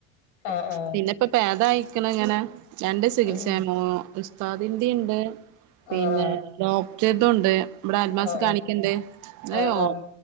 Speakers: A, on the left (about 80°); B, on the right (about 55°).
A: ആഹ് ആഹ്
B: പിന്നെപ്പൊ ഭേദ ആയിക്കണ ഇങ്ങനെ. രണ്ട് ചികിത്സയാണ്
A: ഉം
B: ഉസ്താദിന്റെ ഇണ്ട് പിന്നെ
A: ആഹ് ആഹ്
B: ഡോ ക്ടറുതുമുണ്ട് ഇവിടെ അന്മാസിൽ
A: ആഹ്
B: കാണിക്കണ്ണ്ട്
A: ആഹ്
B: അയ്യോ
A: ആഹ്